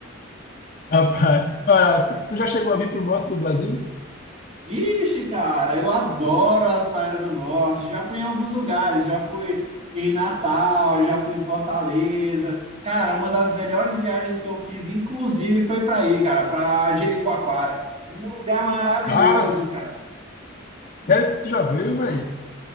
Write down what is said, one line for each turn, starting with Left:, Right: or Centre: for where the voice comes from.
Left: Rapaz, cara, tu, tu já chegou a vir pro norte do Brasil?
Right: Ixi, cara, eu adoro as praias do norte. Já fui em alguns lugares, já fui em Natal, já fui em Fortaleza. Cara, uma das melhores viagens que eu fiz, inclusive, foi para aí, cara, para Jericoacoara. Um lugar maravilhoso,
Left: Cara, s-
Right: cara.
Left: sério que tu já veio, velho?